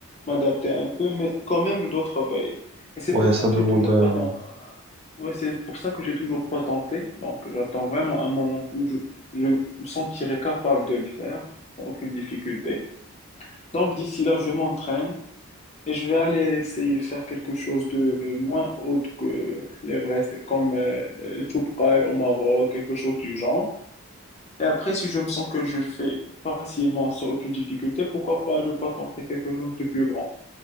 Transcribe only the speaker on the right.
Ouais,
ça
demande
un...